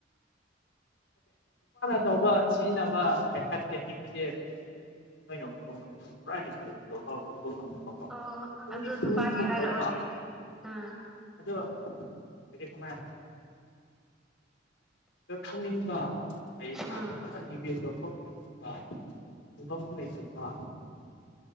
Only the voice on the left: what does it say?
ꯑꯆꯧꯕ ꯁꯤꯖꯤꯟꯅꯕ ꯃꯦꯊꯠ ꯇꯦꯛꯅꯤꯛꯁꯤꯗꯤ ꯀꯣꯏ ꯎꯕ ꯉꯝꯗꯕ ꯎꯕ ꯉꯝꯗꯕꯀꯣ
ꯈꯪꯗꯤ
ꯈꯪꯅꯤꯡꯒꯨꯝ
ꯇꯧꯕ
ꯑꯗꯣ ꯑꯗꯩ ꯀꯃꯥꯏ ꯈꯪꯅꯤꯡꯕ ꯂꯩꯗꯅ
ꯐꯠ ꯑꯒꯤꯕꯤ ꯐꯝ ꯐꯝꯁꯨ ꯂꯩꯇꯕ